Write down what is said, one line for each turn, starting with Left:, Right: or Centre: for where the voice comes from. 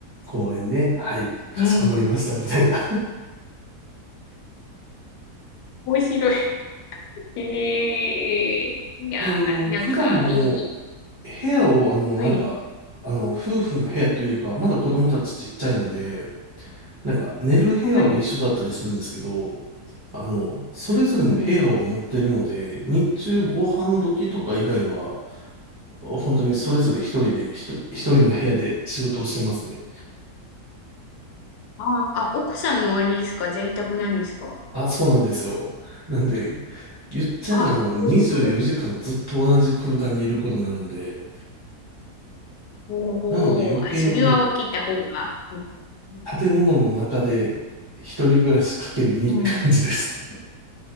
Right: 公園ね。はい、かしこまりました、
Left: うん。
Right: みたいな。
Left: 面白い。ええいやー、
Right: <laughs> で、あの、普段も、
Left: なんか、いい、いい
Right: 部屋を、あの、
Left: はい、
Right: なんか、あの、夫婦の部屋というよりかは、まだ子供たちちっちゃいので、なんか、寝る部屋は一緒だったりするんですけど、
Left: はい、
Right: あの、それぞれの部屋を持ってるので、
Left: うんうん。
Right: 日中ご飯時とか以外は、本当にそれぞれ一人で、ひと一人の部屋で仕事をしてますね。
Left: あーあ、奥さんはあれですか在宅なんですか
Right: あ、そうなんですよ。なんで、言っちゃえばもう24時間ずっと同じ空間にいることになるんで、
Left: あ、なるほど。おー、
Right: なので余計にもう
Left: あそれは分けた方がいい。
Right: 建物の中で一人暮らしかける2って感じです。
Left: うん、うんうん。